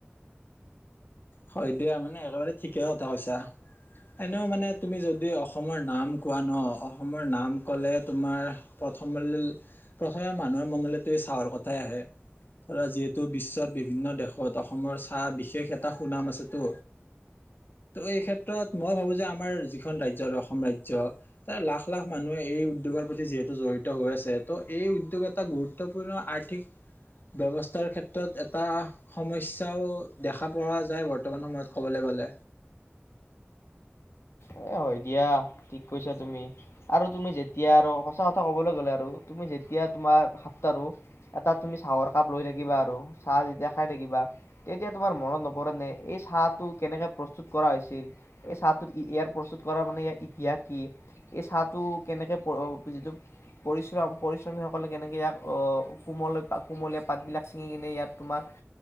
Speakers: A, on the left; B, on the left.
A: হয় দিয়া মানে একেবাৰে ঠিকে কথা কৈছা। এনেও মানে তুমি যদি অসমৰ নাম কোৱা ন অসমৰ নাম কলে তোমাৰ প্ৰথম প্ৰথমে মানুহৰ মনলৈতো চাহৰ কথাই আহে ধৰা যিহেতু বিশ্বৰ বিভিন্ন দেশত অসমৰ চাহ বিশেষ এটা সুনাম আছে তো এই ক্ষেত্ৰত মই ভাবো যে আমাৰ যিখন ৰাজ্য আৰু অসম ৰাজ্য তাৰ লাখ লাখ মানুহে এই উদ্যোগৰ প্ৰতি যিহেতু জড়িত হৈ আছে ত' এই উদ্যোগতা এটা গুৰুত্বপূৰ্ণ আৰ্থিক ব্যৱস্থাৰ ক্ষেত্ৰত এটা সমস্যাও দেখা আশা প যায় বৰ্তমান সময়ত ক'বলৈ গ'লে।
B: এই হয় দিয়া ঠিক কৈছা তুমি আৰু তুমি যেতিয়া আৰু সঁচা কথা ক'বলৈ গ'লে আৰু তুমি যেতিয়া তোমাৰ হাতট আৰুো এটা তুমি চাহৰ কাপ লৈ থাকিবা আৰু চাহ যেতিয়া খাই থাকিবা তেতিয়া তোমাৰ মনত নপৰেনে, এই চাহটো কেনেকৈ প্ৰস্তুত কৰা হৈছিল এই চাহটো। ইয়াৰ প্ৰস্তুত কৰাৰ মানে ইয়াৰ ইতিহাস কি এই চাহটো কেনেকৈ যিটো পৰিশ্ৰম পৰিশ্ৰমীসকলে কেনেকৈ ইয়াক কোমল কোমলীয়া পাতবিলাক ছিঙি লৈ ইয়াত তোমাৰ